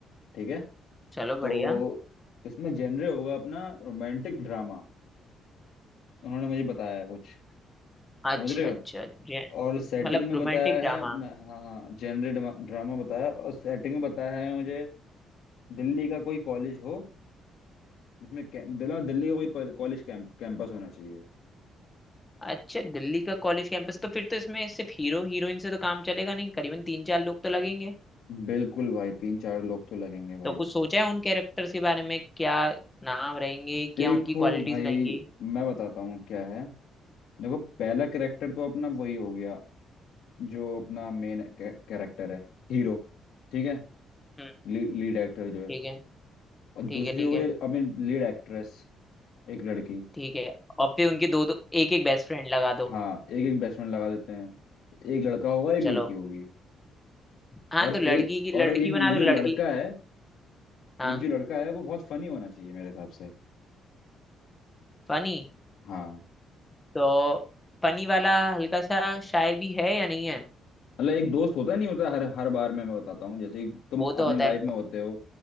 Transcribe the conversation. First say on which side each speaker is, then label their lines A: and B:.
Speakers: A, on the left (about 75°); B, on the left (about 15°).
A: ठीक है
B: चलो
A: तो
B: बढ़िया
A: इसमें जेनरे होगा अपना रोमांटिक ड्रामा उन्होंने मुझे बताया है कुछ
B: अच्छा
A: समझ रहे
B: अच्छा
A: हो
B: जे
A: और सेटिंग
B: मतलब
A: में
B: रोमांटिक
A: बताया
B: ड्रामा
A: है मैं, हाँ हाँ जेनरे ड्रामा बताया और सेटिंग में बताया है मुझे दिल्ली का कोई कॉलेज हो जिसमें कै- दिल्ली दिल्ली का कोई कॉलेज कैंप, कैंपस होना चाहिए
B: अच्छा दिल्ली का कॉलेज कैंपस तो फिर तो इसमें सिर्फ हीरो हीरोइन से तो काम चलेगा नहीं करीबन तीन चार लोग तो लगेंगे
A: बिल्कुल भाई तीन चार लोग तो लगेंगे
B: तो
A: भाई
B: कुछ सोचा है उन कैरेक्टर्स के बारे में क्या नाम रहेंगे
A: देखो
B: क्या उनकी क्वालिटीज
A: भाई
B: रहेंगी
A: मैं बताता हूँ क्या है देखो पहला कैरेक्टर तो अपना वही हो गया जो अपना मेन कैरेक्टर है हीरो ठीक है
B: हम्म
A: लीड एक्टर जो है
B: ठीक है
A: और दूसरी
B: ठीक है ठीक
A: हो
B: है
A: गई आई मीन लीड एक्ट्रेस एक लड़की
B: ठीक है और फिर उनके दो दो एक एक बेस्ट फ्रेंड लगा दो
A: हाँ एक एक बेसमेंट लगा देते हैं एक लड़का होगा एक
B: चलो
A: लड़की होगी
B: हाँ
A: और
B: तो लड़की
A: एक
B: की
A: और
B: लड़की
A: एक
B: बना दो
A: जो
B: लड़की
A: लड़का है
B: हाँ
A: एक जो लड़का है वो बहुत फनी होना चाहिए मेरे हिसाब से
B: फनी
A: हाँ
B: तो फनी वाला हल्का सा शाय भी है या नहीं है
A: मतलब एक दोस्त होता नहीं होता हर हर बार मैं मैं बताता हूँ जैसे कि तुम
B: वो
A: अपने
B: तो होता
A: लाइफ
B: है
A: में होते हो